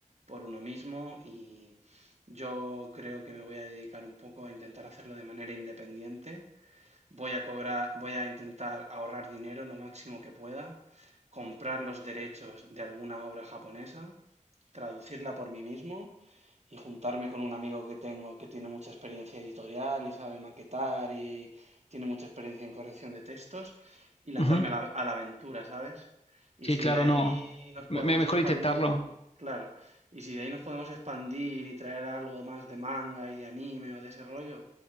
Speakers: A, on the right; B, on the left.
A: por uno mismo y yo creo que me voy a dedicar un poco a intentar hacerlo de manera independiente voy a cobrar, voy a intentar ahorrar dinero lo máximo que pueda, comprar los derechos de alguna obra japonesa, traducirla por mí mismo y juntarme con un amigo que tengo que tiene mucha experiencia editorial y sabe maquetar y tiene mucha experiencia en corrección de textos y lanzarme
B: Ujú.
A: a la, a la aventura, ¿sabes? Y
B: Sí,
A: si
B: claro,
A: de ahí
B: no.
A: nos podemos
B: Me, me- mejor
A: expandir,
B: intentarlo.
A: claro, y si de ahí nos podemos expandir y traer algo más de manga y de anime o de ese rollo,